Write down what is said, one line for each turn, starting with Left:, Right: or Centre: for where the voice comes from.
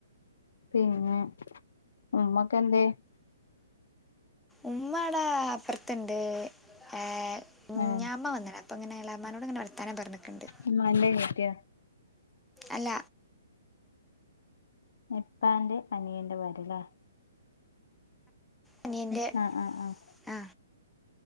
Left: പിന്നെ, ഉമ്മൊക്കെന്തേ?
Centre: ഉമ്മടാ അപ്പർത്ത്ണ്ട്. ഏഹ് ഞ്ഞാമ
Left: ഏഹ്
Centre: വന്ന്ണ്. അപ്പൊങ്ങനെ എളാമാനോട്ങ്ങനെ വർത്താനം പർഞ്ഞോണ്ട്ക്ക്ണ്ട്.
Left: ഉമ്മാന്റെ അനിയത്തിയോ
Centre: അല്ല.
Left: ഇപ്പാന്റെ അനിയന്റെ ഭാര്യലേ.
Centre: അനിയൻ്റെ
Left: ആഹ്, ആഹ്, ആഹ്
Centre: ആ